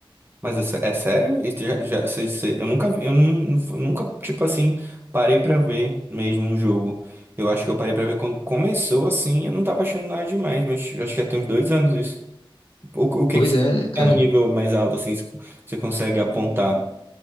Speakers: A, on the right; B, on the left.
A: Mas é, sé- é sério? Isso já, já- cê- cê- eu nunca vi, eu nun- nunca, tipo assim, parei pra ver mesmo um jogo. Eu acho que eu parei pra ver quando começou assim, eu não tava achando nada demais, mas acho que já tem uns dois anos isso. O, o que
B: Pois
A: que você
B: é, cara.
A: tá no nível mais alto, assim, você consegue apontar?